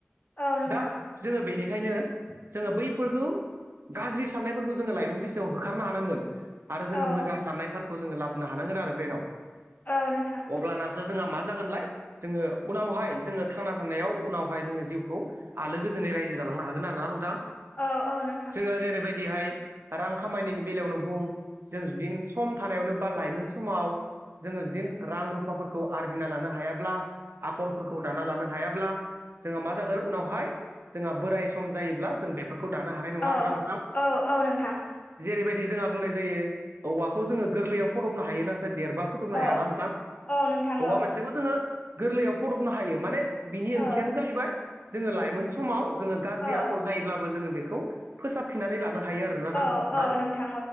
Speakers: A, on the left; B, on the right.
A: औ नोंथां
B: दा जोङो बेनिखायनो जोङो बैफोरखौ गाज्रि साननायफोरखौ जोङो लाइमोन बैसोआव गा ओंखारनो हानांगोन आरो जोङो
A: औ
B: मोजां साननायफोरखौ जोङो लाबोनो हानांगोन आरो ब्रेनाव
A: औ नोंथां
B: अब्लानासो जोंहा मा जागोनलाय जोङो उनावहाय जोङो थांना थानायाव उनावहाय जोङो जिउखौ आलो गोजोनै रायजो जालांनो हागोन आरोना नोंथां
A: औ औ नोंथां
B: जोङो जेरै बायदिहाय रां खामायनायनि बेलायावनो बुं जों जुदिनो सम थानायावनो बा लाइमोन समाव जोङो जदिनो रां रुफाफोरखौ आरजिना लानो हायाब्ला आखलफोरखौ दाना लानो हायाब्ला जोङहा मा जागोन उनावहाय जोंहा बोराय सम जायोब्ला जों बेफोरखौ दानो हानाय नङा
A: औ
B: आरोना नोंथां
A: औ औ नोंथां
B: जेरैबायदि जोंहा बुंनाय जायो औवाखौ जोङो गोरलैयाव फदबनो हायोोना सार देरबा फोदबनो हाया
A: औ
B: ना होनोंथां
A: औ नोंथां
B: बबबा
A: औ
B: मोनसेखौ जोङो गोरलैयाव फुदबनो हायो माने बिनि
A: औ
B: ओंथियानो जाहैबाय जोङो लाइमोन समाव जोङो गाज्रि
A: औ
B: आखल जायोब्लाबो जोङो बेखौ फोसाबफिननानै लानो हायो आरोना नां
A: औ
B: आं
A: औ नोंथां